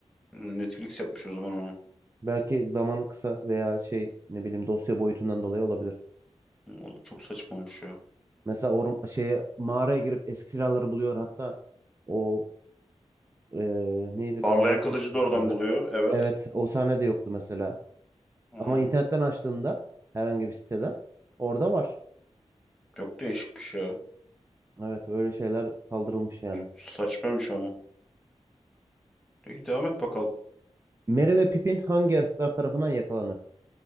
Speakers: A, in the centre; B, on the right (about 25°).
A: Hmm, Netflix yapmış o zaman onu.
B: Belki zamanı kısa veya şey ne bileyim dosya boyutundan dolayı olabilir.
A: Hmm, Oğlum çok saçma olmuş ya.
B: Mesela or şeye mağaraya girip eski silahları buluyor hatta o eee, neydi
A: Parlayan
B: Gandalf'ın
A: kılıcı
B: kılıcının
A: da oradan
B: adı.
A: buluyor. Evet.
B: Evet o sahne de yoktu mesela.
A: Aa,
B: Ama internetten açtığında herhangi bir siteden orada var.
A: çok değişikmiş ya.
B: Evet öyle şeyler kaldırılmış yani.
A: Saçmaymış ama. İyi devam et bakalım.
B: Merry ve Pippin hangi yaratıklar tarafından yakalanır?